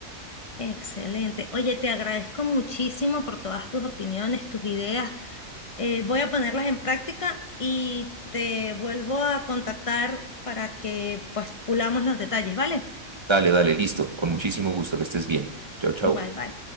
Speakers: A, on the left; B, on the right.
A: Excelente. Oye, te agradezco muchísimo por todas tus opiniones, tus ideas. Eh, voy a ponerlas en práctica y te vuelvo a contactar para que pues pulamos los detalles, ¿vale?
B: Dale, dale, listo. Con muchísimo gusto que estés bien. Chao, chao.
A: Igual, bye.